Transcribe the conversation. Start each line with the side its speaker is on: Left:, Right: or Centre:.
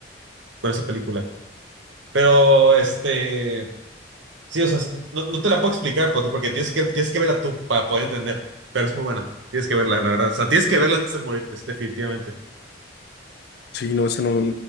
Right: con esa película. Pero, este... Sí, o sea, no, no te la puedo explicar pues, porque tienes que, tienes que verla tú para poder entender, pero es muy buena. Tienes que verla, la verdad. O sea, tienes que verla antes de morirte, es definitivamente.
Left: Sí, no, esa no,